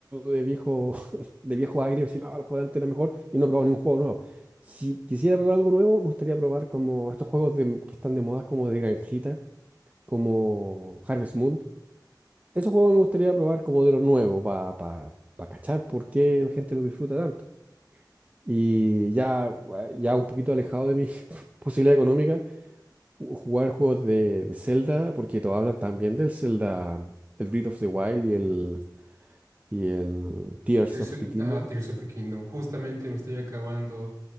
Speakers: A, on the right; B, on the right.
A: de viejo, <laughs> de viejo agrio, decir, no, el juego de antes era mejor y no he probado ni un juego nuevo. Si quisiera probar algo nuevo, me gustaría probar como estos juegos de- que están de moda, como de granjita, como Harvest Moon. Esos juegos me gustaría probar como de lo nuevo, para pa, pa pa cachar por qué la gente lo disfruta tanto. Y ya, ya un poquito alejado de mi <laughs> posibilidad económica ju- jugar juegos de, de Zelda, porque todos hablan también del Zelda, el Breath of the Wild y el, y el Tears
B: Tears
A: of
B: of,
A: the Kingdom.
B: ajá, Tears of the Kingdom. Justamente me estoy acabando